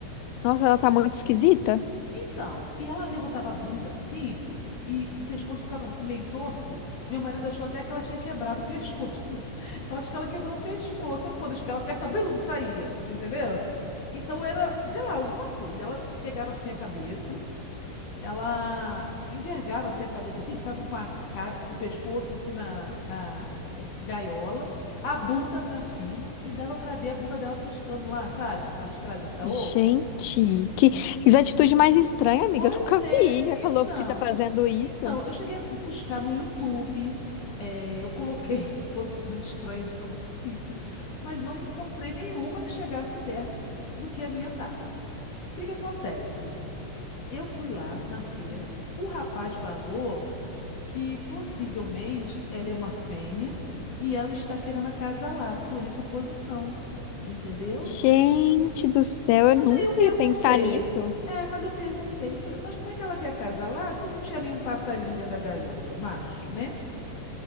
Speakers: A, on the left; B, on the left.
A: Nossa, ela tá muito esquisita.
B: Então, e ela levantava a bunda assim e o pescoço ficava assim meio torto. Meu marido achou até que ela tinha quebrado o pescoço. <laughs> Falou, eu acho que ela quebrou o pescoço. Só que quando eu chegava perto, ela blum, saía, entendeu? Então era, sei lá, alguma coisa. Ela pegava assim a cabeça. Ela envergava assim a cabeça assim, ficava com a cara, o pescoço assim na, na eh, gaiola, a bunda pra cima e dava pra ver a bunda dela piscando lá, sabe? A parte de trás onde sai
A: Gente,
B: ovo.
A: que, que atitude mais estranha, amiga.
B: Pois
A: Eu nunca
B: é,
A: vi a
B: então,
A: calopsita fazendo isso.
B: então, eu cheguei a buscar no YouTube, eh, eu coloquei <laughs> posições estranhas de calopsita, mas não encontrei nenhuma que chegasse perto do que a minha estava. O que que acontece? Eu fui lá na feira, o rapaz falou que possivelmente ela é uma fêmea e ela está querendo acasalar, por isso a posição, entendeu?
A: Gente do céu, eu
B: Mas
A: nunca
B: aí eu perguntei,
A: ia pensar nisso.
B: é, mas eu perguntei, eu falei, mas como é que ela quer acasalar se não tinha nenhum passarinho dentro da gaiola, macho, né?